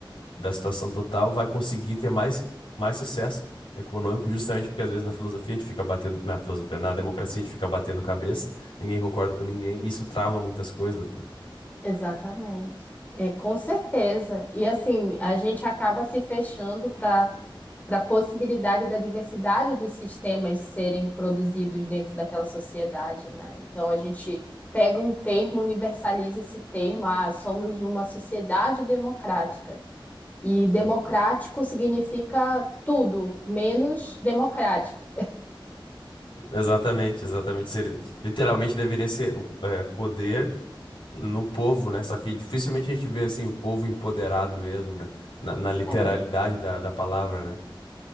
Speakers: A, on the left; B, on the left.
A: da situação total, vai conseguir ter mais, mais sucesso econômico, justamente porque às vezes na filosofia a gente fica batendo, na filosofia, na democracia a gente fica batendo cabeça, ninguém concorda com ninguém, e isso trava muitas coisas. né?
B: exatamente. É, com certeza. E assim, a gente acaba se fechando para para a possibilidade da diversidade dos sistemas serem produzidos dentro daquela sociedade, né? Então a gente pega um termo, universaliza esse termo, ah, somos uma sociedade democrática. E democrático
A: Uhum.
B: significa tudo, menos democrático.
A: Exatamente, exatamente. Seria- literalmente deveria ser o é, poder no povo, né? Só que dificilmente a gente vê assim o povo empoderado mesmo, né? Na, na literalidade
B: É,
A: da, da palavra, né?